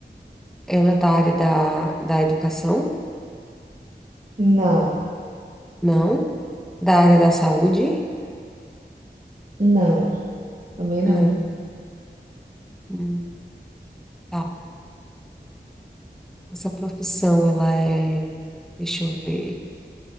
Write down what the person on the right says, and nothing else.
Não,
não, também
não.